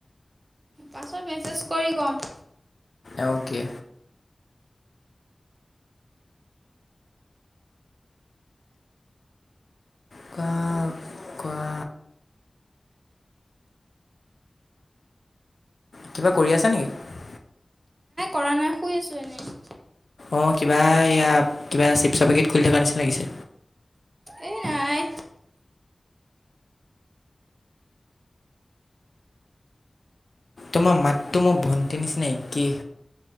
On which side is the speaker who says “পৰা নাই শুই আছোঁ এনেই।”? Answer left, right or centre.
Right